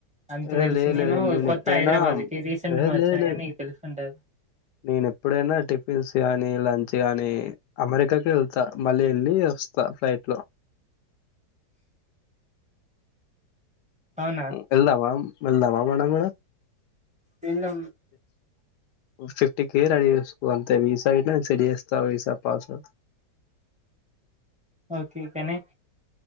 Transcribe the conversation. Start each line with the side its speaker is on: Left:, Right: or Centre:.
Centre: అంత
Left: ఏ
Centre: తెలుసు
Left: లేదు
Centre: నేను
Left: లేదు
Centre: కొత్త
Left: ఎప్పుడైనా
Centre: హైదరాబాద్ కి రీసెంట్
Left: ఏ
Centre: గా వచ్చాను
Left: లేదు లేదు
Centre: గానీ నీకు తెలుసుంటది
Left: నేను ఎప్పుడైనా టిఫిన్స్ గానీ లంచ్ గానీ అమెరికాకే వెళ్తా మళ్ళీ వెళ్ళి వస్తా ఫ్లైట్లో
Centre: అవునా
Left: వెళ్దామా వెళ్దామా మనం కూడా
Centre: వీళ్ళు
Left: ఫిఫ్టీ కే రెడీ చేసుకో అంతే వీసా గిట్ల సెట్ చేస్తా వీసా పాస్పోర్ట్
Centre: ఓకే కానీ